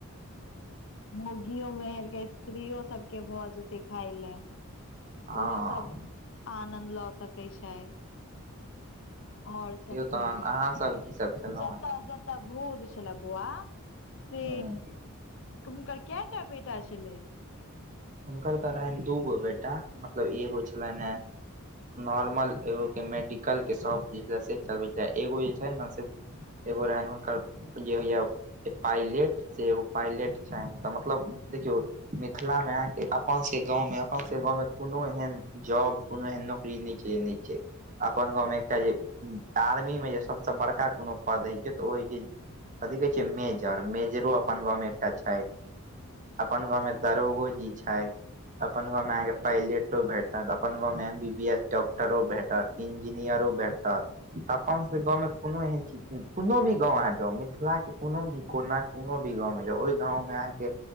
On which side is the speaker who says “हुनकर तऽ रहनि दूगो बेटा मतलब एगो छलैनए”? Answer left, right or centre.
Right